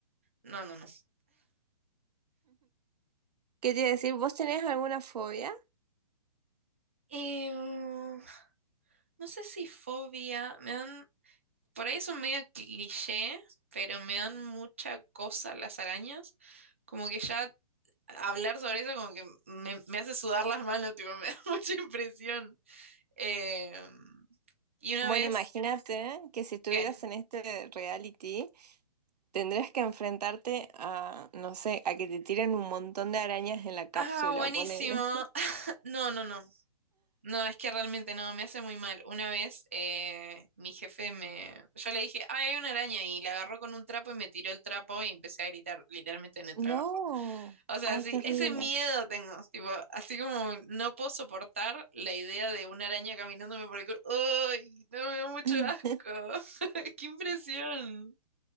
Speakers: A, on the right; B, on the right.
A: No, no, no.
B: ¿Qué te iba a decir? ¿Vos tenés alguna fobia?
A: Eh, no sé si fobia, me dan, por ahí es un medio cliché, pero me dan mucha cosa las arañas. Como que ya hablar sobre eso como que me, me hace sudar las manos, tipo, me da <laughs> mucha impresión. Eh, y una
B: Bueno,
A: vez,
B: imagínate que si estuvieras
A: ¿qué?
B: en este reality, tendrías que enfrentarte a, no sé, a que te tiren un montón de arañas en la cápsula,
A: Ah, buenísimo.
B: ponele.
A: <laughs> No, no, no. No, es que realmente no, me hace muy mal. Una vez eh, mi jefe me... Yo le dije, ay, hay una araña y la agarró con un trapo y me tiró el trapo y empecé a gritar literalmente en el
B: No,
A: trabajo. O sea,
B: ay,
A: sí,
B: qué horrible.
A: ese miedo tengo, tipo, así como no puedo soportar la idea de una araña caminándome por el culo. ¡Ay! No, me da mucho
B: <laughs>
A: asco. <laughs> ¡Qué impresión!